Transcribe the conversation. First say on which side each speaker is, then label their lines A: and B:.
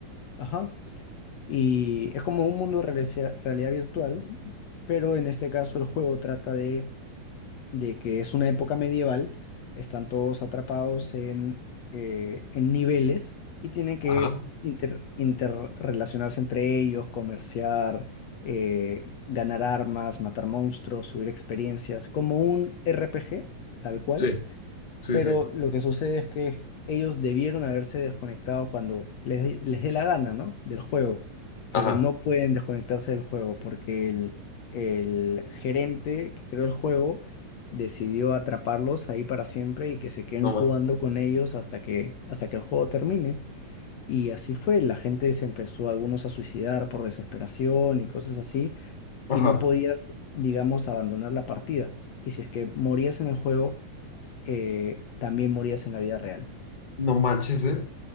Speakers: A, on the left; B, on the left.
A: Ajá. Y es como un mundo de realidad realidad virtual, pero en este caso el juego trata de de que es una época medieval, están todos atrapados en, eh, en niveles y tienen que
B: Ajá.
A: inter- interrelacionarse entre ellos, comerciar, eh, ganar armas, matar monstruos, subir experiencias, como un RPG, tal cual,
B: Sí, sí,
A: pero
B: sí.
A: lo que sucede es que ellos debieron haberse desconectado cuando les, les dé la gana, ¿no? Del juego, pero
B: Ajá.
A: no pueden desconectarse del juego porque el, el gerente que creó el juego decidió atraparlos ahí para siempre y que se queden
B: No
A: jugando
B: más.
A: con ellos hasta que, hasta que el juego termine. Y así fue, la gente se empezó algunos a suicidar por desesperación y cosas así,
B: Ajá,
A: y no podías, digamos, abandonar la partida. Y si es que morías en el juego, eh, también morías en la vida real.
B: no manches, ¿eh?